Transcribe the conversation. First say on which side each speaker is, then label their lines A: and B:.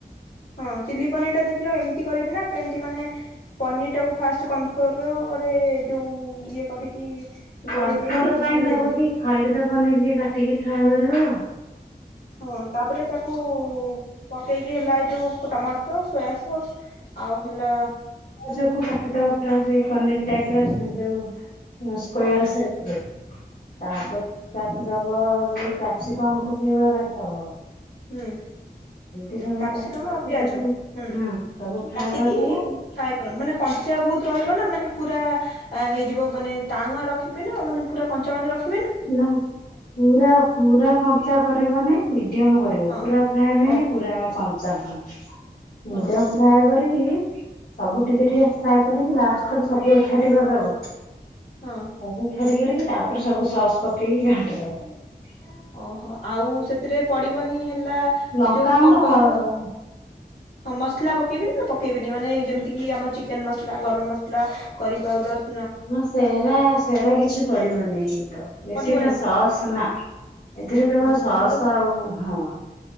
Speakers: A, on the left (about 85°); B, on the left (about 65°).
A: ହଁ ଚିଲି ପନିରଟା ଦେଖିଲ ଏମିତି କରିବି ନା କେମିତି ମାନେ ପନିରଟାକୁ ଫାଷ୍ଟ କନଫ୍ଲୋରରେ ଯେଉଁ ଇଏ କରିକି? ଗୋଳେଇ
B: କନଫ୍ଲୋରର
A: ଦେଇକି
B: କାଇଁ
A: ଛାଣିଦେବି
B: ଦବକି ଖାଲି ତ ପନିର କି କାଟ ଟିକେ ଫ୍ରାଏ କରିବ।
A: ହଁ ତାପରେ ତାକୁ ପକେଇକି ହେଲା ଏଇ ଯୋଉ ଟମାଟ ସସ ସୋୟାସସ୍ ହ ଆଉ ହେଲା
B: ଆଜକୁ କାଟିଦବା ପ୍ରା ସେଇ ପନିର ଟାଇପ ର ଯୋଉ ସ୍କୋୟାର
A: ହଁ ତିଆରି
B: ସେପରେ
A: ହୁଁ
B: କାଟିଦବ ଯ କ୍ୟାପ୍ସିକମ କ ସେଇଭଳି କାଟିଦବ।
A: ହୁଁ।
B: ଏମିତି ସବୁ
A: କାପ୍ସିକମ
B: କାଟି
A: ଆଉ ପିଆଜ
B: ତାକୁ
A: ହଁ
B: ହୁଁ ସବୁ ଫ୍ରାଏ
A: କାଟିକି
B: କରିଦବ
A: ଫ୍ରାଏ କର ମାନେ କଞ୍ଚା ବହୁତ ରହିବ ନା ମାନେ ପୁରା ହେଇଯିବ ମାନେ ଟାଣୁଆ ରଖିବି ନା ମାନେ ପୁରା କଞ୍ଚା କଞ୍ଚା ରଖିବ?
B: ନା ପା ପୁରା କଞ୍ଚା କରିବନାଇ ମିଡିୟମ କରିବ। ରିବ
A: ହଁ
B: ପୁରା ଫ୍ରାଏ ନୁହଁ
A: ଓହୋ
B: କି ପୁରା କ କଞ୍ଚା ହଁ
A: ହଁ
B: ମିଡିଅମ ଫ୍ରାଏ କ କରିକି? ସବୁ
A: ହୁଁ
B: ଟିକେ ଟିକେ ଫ୍ରାଏ କରି ଲାଷ୍ଟରେ ସବୁ ଏକାଠି କରିଦବ।
A: ହଁ
B: ସବୁ ଛାଡି କରିକି ତାରେ ରେ ସବୁ ସ ପକି କି ଘାଣ୍ଟି ଦବ।
A: ଓହୋ ଆଉ ସେଥିରେ ପଡିବନି ହେଲେ ଲା
B: ଲଙ୍କାଗୁଣ୍ଡ
A: ଯୋଉ କଣ କହିଲ ମସଲା ପ ପକାଇବିନି ନା ପକାଇବିନି ମାନେ ଯେମିତିକି ଆମର ଚିକେନ୍ ମସଲା ଗରମ ମସଲା କରି ପାଉଡ଼ର
B: ନା ସେହେରା ସେହେରା କିଛି ପଡିବନାଇ। ତ ବେଶୀ
A: ପଡିବନି
B: ଏଟା ସସ୍ ନା ଏଥିରେ କେବଳ
A: ହଁ
B: ସସ୍
A: ଟମାଟୋ
B: ଆଉ ହଁ